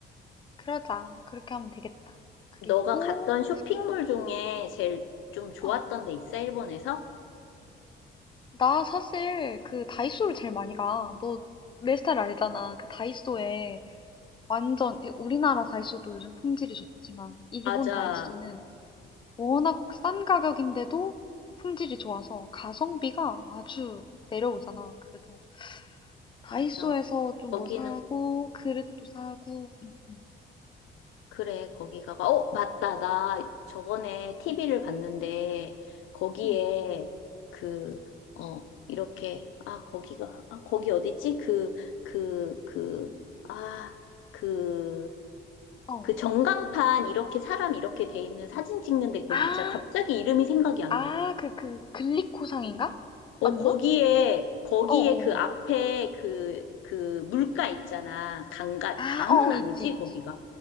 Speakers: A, on the left; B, on the left.
A: 그러자. 그렇게 하면 되겠다. 그리고,
B: 너가 갔던 쇼핑몰 중에 제일 좀 좋았던
A: 아,
B: 데 있어, 일본에서?
A: 나 사실 그 다이소를 제일 많이 가. 너 내 스타일 알잖아. 그 다이소에
B: 어.
A: 완전, 이- 우리나라 다이소도 요즘 품질이 좋지만, 일본
B: 맞아,
A: 다이소는 워낙 싼 가격인데도 품질이 좋아서 가성비가 아주 내려오잖아. 그래서 다이소에서
B: 맞아.
A: 좀
B: 거기는
A: 뭐 사고, 그릇도 사고, 음, 음,
B: 그래, 거기 가봐. 어, 맞다. 나 저번에 TV를
A: 응,
B: 봤는데, 거기에
A: 응, 응.
B: 그, 어, 이렇게, 아, 거기가, 아, 거기 어딨지? 그, 그, 그,
A: 응,
B: 아, 그,
A: 응. 어.
B: 그 전광판 이렇게 사람 이렇게 돼 있는 사진 찍는데 거기
A: 아,
B: 있잖아. 갑자기 이름이 생각이 안
A: 아,
B: 나.
A: 그, 그, 글리코상인가?
B: 어,
A: 맞나?
B: 거기에, 거기에
A: 어어.
B: 그 앞에 그, 그 물가 있잖아. 강가,
A: 아,
B: 강은
A: 어어,
B: 아니지,
A: 있지, 있지.
B: 거기가.